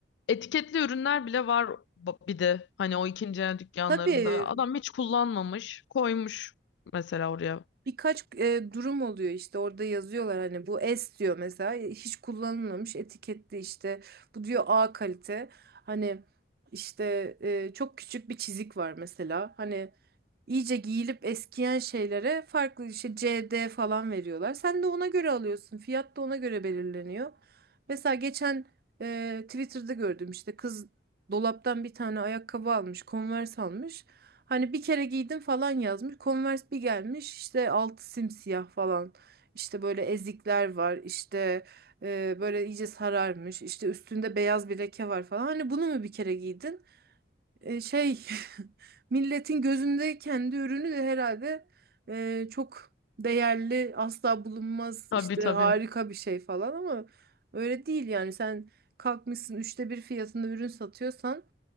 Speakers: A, on the left (about 70°); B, on the right (about 55°).
A: etiketli ürünler bile var ba- bir de hani o ikinci el dükkanlarında.
B: Tabii
A: Adam hiç kullanmamış koymuş mesela oraya.
B: Birkaç e, durum oluyor işte orada yazıyorlar hani bu S diyor mesela e, hiç kullanılmamış etiketli işte bu diyor A kalite hani işte e, çok küçük bir çizik var mesela hani İyice giyilip eskiyen şeylere farklı işte CD falan veriyorlar. Sen de ona göre alıyorsun. Fiyat da ona göre belirleniyor. Mesela geçen e, Twitter'da gördüm işte kız dolaptan bir tane ayakkabı almış, Converse almış. Hani bir kere giydim falan yazmış. Converse bir gelmiş işte altı simsiyah falan. İşte böyle ezikler var. işte e, böyle iyice sararmış. İşte üstünde beyaz bir leke var falan. Hani bunu mu bir kere giydin? e, şey <laughs> milletin gözünde kendi ürünü de herhalde e, çok değerli, asla bulunmaz
A: Tabii
B: işte
A: tabii.
B: harika bir şey falan ama öyle değil yani sen kalkmışsın üçte bir fiyatında ürün satıyorsan